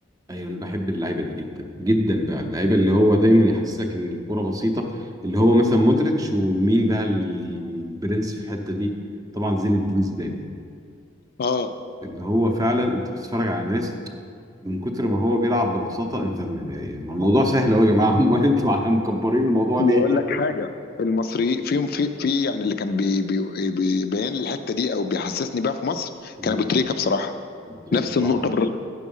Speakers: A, on the right (about 20°); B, on the left (about 50°).
A: ايوه انا بحب اللعيبه دي جدا جدا بقى اللعيبه اللي هو دايما يحسسك ان الكوره بسيطه اللي هو مثلا مودريتش ومين بقى البرنس في الحته دي طبعا زين الدين زيدان
B: اه
A: اللي هو فعلا انت بتتفرج على ناس من كتر ما هو بيلعب ببساطه انت يعني الموضوع سهل اهو يا جماعه <laughs> امال انتوا مكبرين الموضوع
B: واقول
A: ليه؟
B: لك حاجه
A: <laughs>
B: المصريين في في في يعني اللي كان بي بي بيبين لي الحته دي او بيحسسني بيها في مصر
A: امم
B: كان ابو تريكه بصراحه
A: ابو تريكه
B: نفس النقطه
A: طبعا
B: برضه